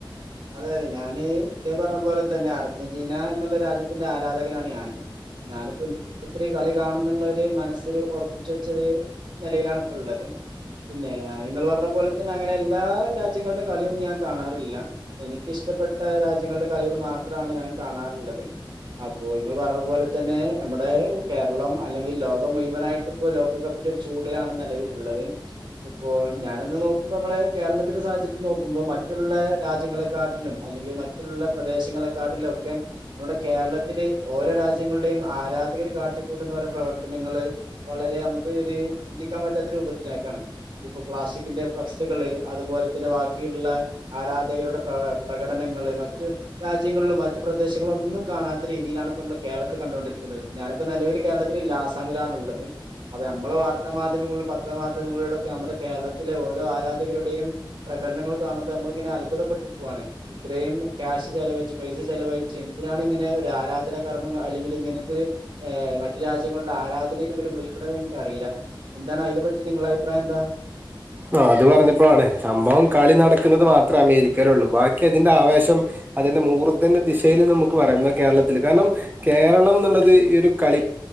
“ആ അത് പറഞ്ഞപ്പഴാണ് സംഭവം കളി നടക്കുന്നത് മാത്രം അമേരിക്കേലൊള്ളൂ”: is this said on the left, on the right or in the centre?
Right